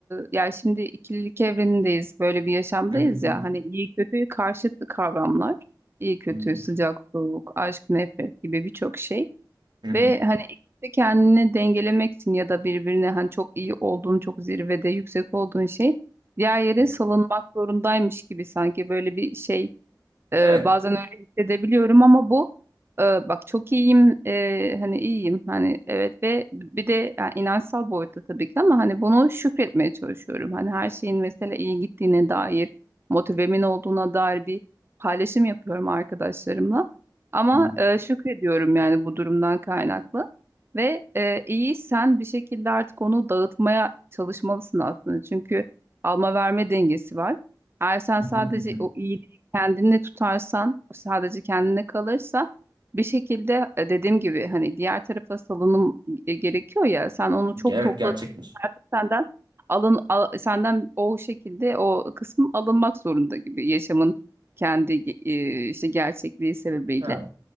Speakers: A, on the right; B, on the right.
A: yani şimdi ikililik evrenindeyiz. Böyle bir yaşamdayız
B: Hı hı
A: ya.
B: hı
A: Hani iyi kötü karşıt kavramlar. İyi kötü,
B: hı hı
A: sıcak soğuk, aşk nefret gibi birçok şey.
B: hı hı
A: Ve hani ikisi de kendini dengelemeksin ya da birbirine hani çok iyi olduğun, çok zirvede yüksek olduğun şey diğer yere
B: hı.
A: salınmak zorundaymış gibi sanki böyle bir şey ee,
B: Evet.
A: bazen öyle hissedebiliyorum ama bu e, bak çok iyiyim e, hani iyiyim hani evet ve bir de yani inançsal boyutta tabii ki ama hani bunu şükretmeye çalışıyorum. Hani her şeyin mesela iyi gittiğine dair motivemin olduğuna dair bir paylaşım yapıyorum arkadaşlarımla. Ama
B: Hı hı
A: e, şükrediyorum yani bu durumdan kaynaklı. Ve e, iyi sen bir şekilde artık onu dağıtmaya çalışmalısın aslında. Çünkü alma verme dengesi var. Eğer sen
B: hı
A: sadece
B: hı hı hı.
A: o iyi kendini tutarsan, sadece kendine kalırsa bir şekilde e, dediğim gibi hani diğer tarafa salınım e, gerekiyor ya. Sen onu çok
B: Evet
A: topladın
B: gerçekmiş.
A: artık senden alın al- senden o şekilde o kısım alınmak zorunda gibi yaşamın kendi e, işte gerçekliği sebebiyle.
B: Ha.